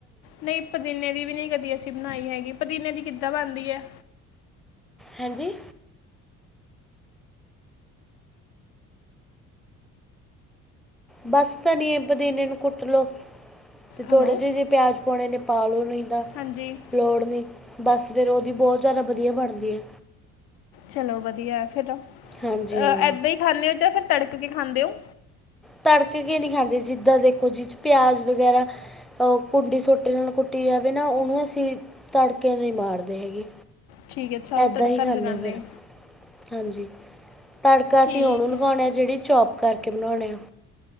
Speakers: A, on the left (about 55°); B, in the centre.
A: ਨਹੀਂ ਪੁਦੀਨੇ ਦੀ ਵੀ ਨਹੀਂ, ਕਦੀ ਅਸੀਂ ਬਣਾਈ ਹੈਗੀ, ਪੁਦੀਨੇ ਦੀ ਕਿੱਦਾਂ ਬਣਦੀ ਹੈ,
B: ਹੈਂਜੀ, ਬਸ ਧਨੀਏ, ਪਦੀਨੇ ਨੂੰ ਕੁੱਟ ਲੋੋ ਤੇ
A: ਹੈਲੋ
B: ਥੋੜੇ ਜਿਹੇ ਜੇ ਪਿਆਜ਼ ਪਾਉਣੇ ਨੇ ਪਾਲਓ ਨਹੀਂਦਾ
A: ਹਾਂਜੀ
B: ਲੋੜ ਨਹੀਂ, ਬਸ ਫਿਰ ਉਹਦੀ ਬਹੁਤ ਜ਼ਿਆਦਾ ਵਧੀਆ ਬਣਦੀ ਹੈ
A: ਚਲੋ ਵਧੀਆ ਫਿਰ ਅ
B: ਹਾਂਜੀ ਹਾਂ
A: ਏਦਾਂ ਹੀ ਖਾਂਦੇ ਹੋ, ਜਾਂ ਫਿਰ ਤੜਕ ਕੇ ਖਾਂਦੇ ਹੋ।
B: ਤੜਕੇ ਕੇ ਨੀ ਖਾਂਦੇ ਜਿੱਦਾਂ ਦੇਖੋ, ਜੀ ਪਿਆਜ ਵਗੈਰਾ। ਅ ਕੁੰਡੀ ਸੋਟੇ ਨਾਲ ਕੁੱਟੀ ਜਾਵੇ, ਨਾ ਉਹਨੂੰ ਅਸੀਂ ਤੜਕੇ ਨਹੀਂ ਮਾਰਦੇ ਹੈਗੇ।
A: ਠੀਕ ਹੈ ਅੱਛਾ ਉਹਨੂੰ
B: ਏਦਾਂ
A: ਤੜਕਾ
B: ਹੀ ਖਾਦੇਂ
A: ਨਹੀਂ ਲਗਾਉਂਦੇ
B: ਫਿਰ ਹਾਂਜੀ ਤੜਕਾ ਅਸੀਂ
A: ਠੀਕ
B: ਉਹਨੂੰ ਲਗਾਣੇ,
A: ਹੈ
B: ਆ ਜਿਹੜੀ ਚੋਪ ਕਰਕੇ ਬਣਾਉਣੇ ਆ।